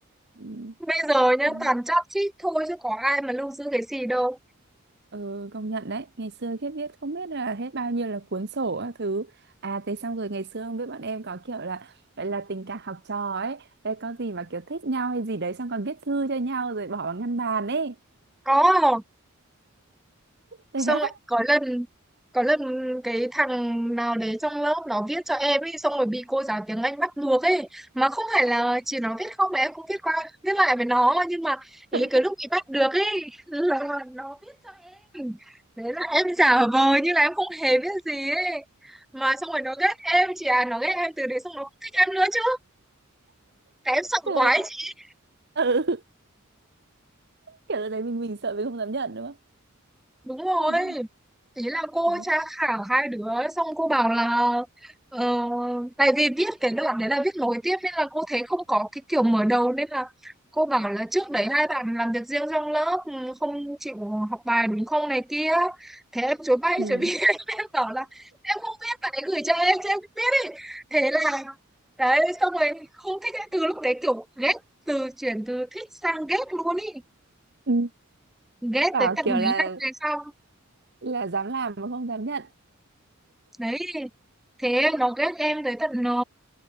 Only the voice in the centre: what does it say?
bây giờ nhá
toàn chát chít thôi chứ có ai mà lưu giữ cái gì đâu
có
xong
lại có lần có lần cái thằng nào đấy trong lớp nó viết cho em ấy xong rồi bị cô giáo tiếng Anh bắt ngược ấy mà không phải là chỉ nó viết không mà em cũng viết qua viết lại với nó nhưng mà ý
cái lúc bị bắt được ấy <laughs> là nó viết cho em đấy là em giả vờ như là em không hề biết gì ấy mà xong rồi nó ghét em chị à nó ghét em từ đấy xong nó không thích em nữa chứ tại em sợ
quá ấy
chị
đúng rồi
ý là cô
tra khảo hai đứa xong cô bảo là ờ, tại vì viết cái đoạn đấy là viết nối tiếp nên là cô thấy không có cái kiểu mở đầu nên là cô bảo là trước đấy hai bạn làm việc riêng trong lớp ừ, không chịu học bài đúng không này kia thế em chối bay
chối bị <laughs> em bảo là em không biết bạn ấy gửi cho em chứ em không biết ấy thế là đấy xong rồi không thích ấy. từ lúc đấy kiểu ghét từ chuyển từ thích sang ghét luôn ý
ghét
tới tận
mấy
năm về sau
đấy thế nó ghét em tới tận ờ,